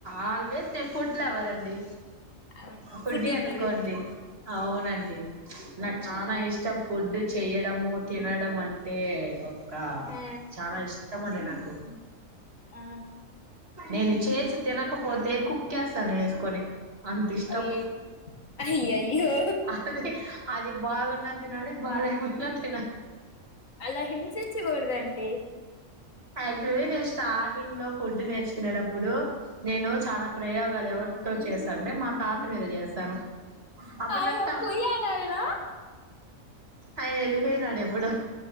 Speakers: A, on the right; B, on the left.
A: ఆల్వేస్ తే ఫుడ్ లవర్ అండి.
B: అవునా
A: ఫుడ్డీ
B: ఫుడ్డి
A: అనుకోండి,
B: మీరు
A: అవునండి నాకు చాన ఇష్టం ఫుడ్ చెయడము తినడం అంటే కా
B: ఆ
A: చాన ఇష్ టం అండి నాకు.
B: ఆ
A: నేను చేసి తినకపోతే కుక్కేస్తాను ఏసుకొని. అంత ఇష్టం
B: అయ్యయ్ అయ్యయ్యో
A: అది అది బాగున్న తినాలే బాలే <unintelligible>
B: అలా హింసించకూడదండి
A: అదే రె స్టార్టింగ్ లో ఫుడ్ నేర్చు కునేటప్పుడు నేను చాన ప్రయోగాలు ఎవరితో చేస్తా అంటే మా తాత మీద చే స్తాను అప్పుడు
B: అయ
A: నక్క
B: పోయాడాయన
A: ఆయన వెళ్ళిపోయినాడు ఎప్పుడో